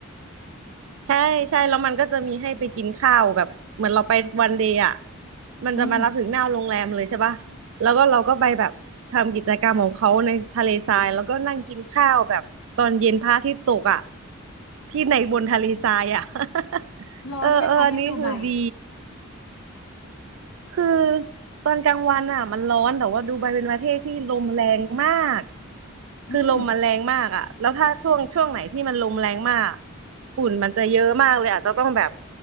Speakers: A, on the right (about 65°); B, on the left (about 70°).
A: ใช่ใช่แล้วมันก็จะมีให้ไปกินข้าวแบบเหมือนเราไปวันเดย์อ่ะมันจะมารับถึงหน้าโรงแรมเลยใช่ป่ะแล้วก็เราก็ไปแบบทำกิจกรรมของเขาในทะเลทรายแล้วก็นั่งกินข้าวแบบตอนเย็นพระอาทิตย์ตกอ่ะ
B: อืม
A: ที่ในบนทะเลทรายอ่ะ <laughs>
B: ร้อนไหมคะที่ดูไบ
A: เออเอออันนี้คือดี คือตอนกลางวันอ่ะมันร้อนแต่ว่าดูไบเป็นประเทศที่ลมแรงมาก
B: อืม
A: คือลมมันแรงมากอ่ะแล้วถ้าช่วงช่วงไหนที่มันลมแรงมากฝุ่นมันจะเยอะมากเลยอาจจะต้องแบบ